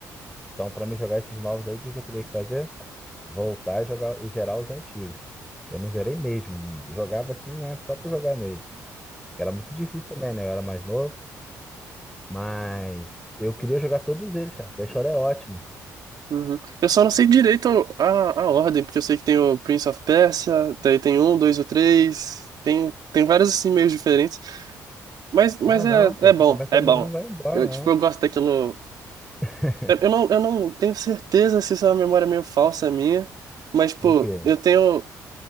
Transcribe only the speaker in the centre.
Então, pra mim jogar esses novos aí, o que que eu teria que fazer? Voltar e jogar e zerar os antigos. Que eu não zerei mesmo. Jogava assim, né? Só pra jogar mesmo. Que era muito difícil também, né? Eu era mais novo. Mas eu queria jogar todos eles, cara. que A história é ótima.
Ah,
não, pô.
Tu começa
no um, e vai embora,
né?
<laughs>
O quê?